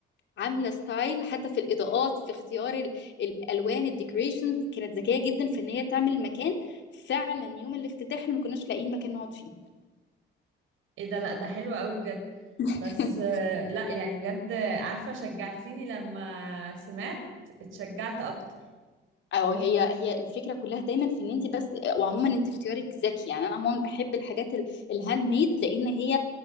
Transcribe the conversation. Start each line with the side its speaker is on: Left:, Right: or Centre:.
Left: عامله ستايل حتى في الاضاءات في اختيار ال- الالوان الديكوريشنز كانت ذكيه جدا في ان هي تعمل مكان فعلا يوم الافتتاح احنا ما كناش لاقيين مكان نقعد فيه
Right: ايه ده لا ده حلو قوي بجد
Left: <laughs>
Right: بس آه، لا يعني بجد آه، عارفة شجعتيني لما سمعت اتشجعت اكتر
Left: او هي هي الفكره كلها دايما في ان انت بس وعموما انت في اختيارك ذكي يعني انا عموما بحب الحاجات ال- الهاند ميد لان هي